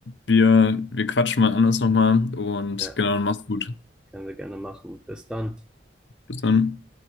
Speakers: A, on the left; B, in the centre.
A: Wir, wir quatschen mal anders nochmal und
B: Ja.
A: genau, mach's gut.
B: Können wir gerne machen. Bis dann.
A: Bis dann.